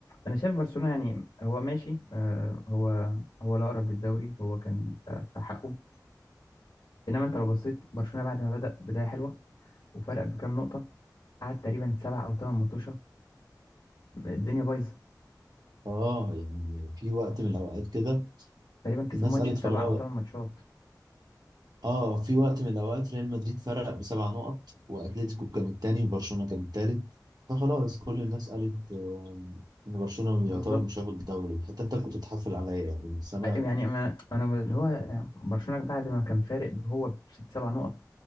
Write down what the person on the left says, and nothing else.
أنا شايف برشلونة يعني هو ماشي آه، هو هو لا أقرب للدوري هو كان ف- في حقه إنما أنت لو بصيت برشلونة بعد ما بدأ بداية حلوة وفرق بكام نقطة قعد تقريبا سبع أو ثمان ماتشات الدنيا بايظه
تقريبا كسب
ماتش
في سبع
او ثمان ماتشات
بالظبط
يعني انا انا اللي هو برشلونه بعد ما كان فارق هو بست سبع نقط